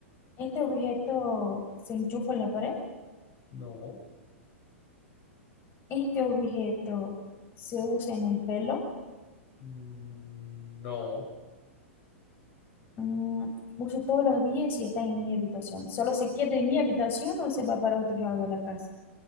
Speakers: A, on the left; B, on the left.
A: este objeto se enchufa en la pared.
B: No,
A: Este objeto se usa en el pelo.
B: mm, no.
A: Mm, uso todos los días y está en mi habitación. Solo se queda en mi habitación o se va para otro lado de la casa.